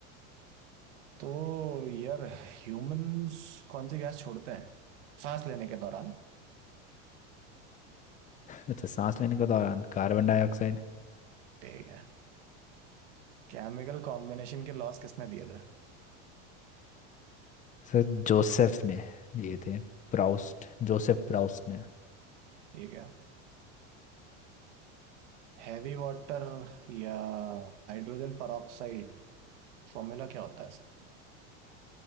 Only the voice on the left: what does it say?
अच्छा सांस लेने के दौरान कार्बन डाइऑक्साइड
सर जोसेफ ने दिए थे प्राउस्ट जोसेफ प्राउस्ट ने